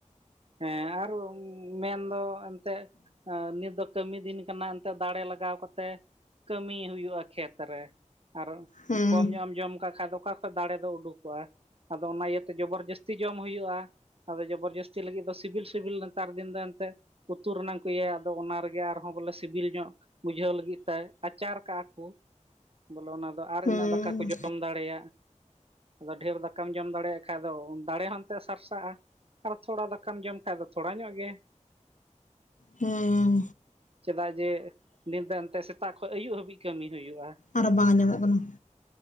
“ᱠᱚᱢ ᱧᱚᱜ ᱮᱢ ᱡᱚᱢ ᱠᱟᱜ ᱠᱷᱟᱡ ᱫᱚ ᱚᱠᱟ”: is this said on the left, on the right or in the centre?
Right